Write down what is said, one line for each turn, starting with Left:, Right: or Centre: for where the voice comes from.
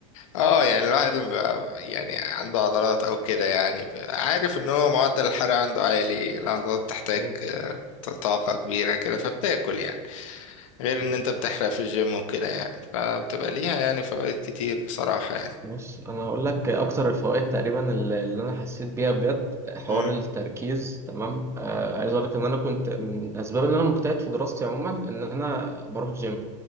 Left: اه يعني الواحد لما بيبقى يعني عنده عضلات او كده يعني بيبقى عارف ان هو معدل الحرق عنده عالي العضلات بتحتاج
Right: مم.
Left: آه، طاقة كبيرة كده فبتاكل يعني غير ان
Right: مم.
Left: انت بتحرق في الجيم وكده يعني فبتبقى ليها يعني فوائد كتير بصراحة يعني
Right: بص أنا هقول لك أكتر الفوائد تقريبا اللي اللي أنا حسيت بيها بجد حوار
Left: مم.
Right: التركيز تمام آه عايز أقول لك إن أنا كنت من الأسباب اللي أنا مجتهد في دراستي عموما إن أنا بروح جيم